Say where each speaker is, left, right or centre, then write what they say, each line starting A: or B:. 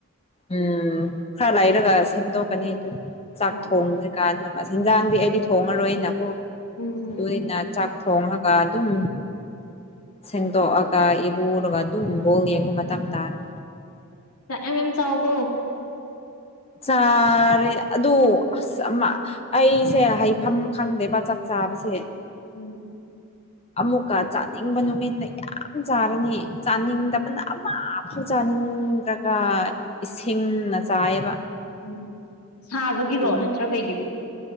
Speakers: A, on the left; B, on the left.
A: ꯎꯝ ꯈꯔ
B: ꯑꯣ
A: ꯂꯩꯥꯏꯔꯒ ꯁꯦꯝꯗꯣꯛꯀꯅꯤ ꯑꯗꯨ ꯆꯥꯛ
B: ꯑꯣ
A: ꯊꯣꯡꯗ꯭ꯔꯤ
B: ꯑꯣ
A: ꯀꯥꯟ ꯏꯟꯖꯥꯡꯗꯤ ꯑꯩꯗꯤ ꯊꯣꯡꯉꯔꯣꯏꯅꯀꯣ
B: ꯎꯝ ꯎꯝ
A: ꯑꯗꯨꯅꯤꯅ
B: ꯎꯝ
A: ꯆꯥꯛ ꯊꯣꯡꯉꯒ ꯗꯨꯝ ꯁꯦꯡꯗꯣꯛꯑꯒ ꯏꯔꯨꯔꯒ ꯑꯗꯨꯝ ꯕꯣꯜ ꯌꯦꯡꯕꯩ ꯃꯇꯝ ꯇꯥꯔꯦ
B: ꯆꯛ ꯌꯝ ꯌꯝ ꯆꯥꯎꯀꯣ
A: ꯆꯥꯔꯦ ꯑꯗꯨ ꯑꯁ ꯑꯃ ꯑꯩꯁꯦ ꯍꯥꯏꯐꯝ ꯈꯪꯗꯦꯕ ꯆꯥꯛ ꯆ ꯁꯥꯕꯁꯦ
B: ꯎꯝ
A: ꯑꯃꯨꯛꯀ ꯆꯥꯅꯤꯡꯕ ꯅꯨꯃꯤꯠꯅ ꯌꯥꯝ ꯆꯥꯔꯅꯤ ꯆꯥꯅꯤꯡꯗꯕꯅ
B: ꯎꯝ
A: ꯑꯃ ꯀꯩꯁꯨ ꯆꯥꯅꯤꯡꯗ꯭ꯔꯒ ꯏꯁꯤꯡꯅ ꯆꯥꯏꯌꯦꯕ
B: ꯎꯝ ꯁꯥꯕꯒꯤꯔꯣ
A: ꯑꯗꯨꯅꯤ
B: ꯅꯠꯇ꯭ꯔ ꯀꯩꯒꯤꯅꯣ